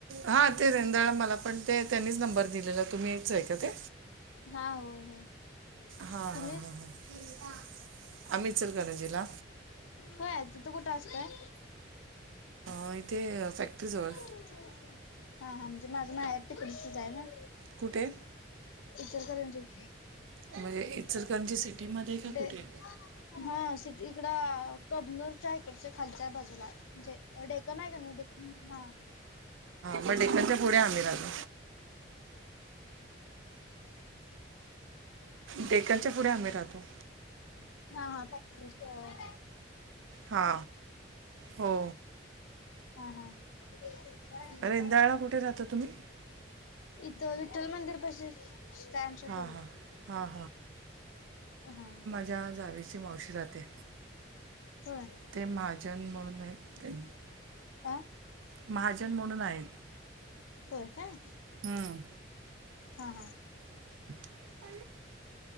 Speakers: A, on the right; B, on the left.
A: हा ते रेंदाळ मला पण ते त्यांनीच नंबर दिलेला तुम्हीच आहे का ते.
B: हा होय होय.
A: हा हा
B: तुम्ही
A: हा ह आम्ही इचलकरंजीला.
B: होय तिथं कुठं असताय.
A: हो इथे फॅक्टरी जवळ.
B: हा हा म्हणजे माझं माहेर तिकडचच आहे ना.
A: कुठे?
B: इचलकरंजीत.
A: म्हणजे इचलकरंजी सिटीमध्ये का
B: डे
A: कुठे
B: हा सिटी इकड. कबनूरच्या इकडच्या खालच्या बाजूला. डेकन आहे का नाही हा.
A: म डेक्कनच्या पुढे आम्ही राहतो. डेक्कनच्या पुढे आम्ही राहतो.
B: हा हा फॅक्टरीत.
A: हा हो.
B: हा हा जरा घे ग
A: रेंदाळला
B: जरा पाच मिंट.
A: कुठे राहता तुम्ही
B: इथं विठ्ठल मंदिर पशी. स्टँड च्या
A: हां
B: पुढ
A: हां हां
B: हा.
A: ज्या जावेची मावशी राहत्या
B: होय
A: ते महाजन म्हणून आहेत त्यां
B: आ
A: महाजन म्हणून आहेत.
B: होय काय
A: हम्म.
B: हा हा.
A: <inaudible>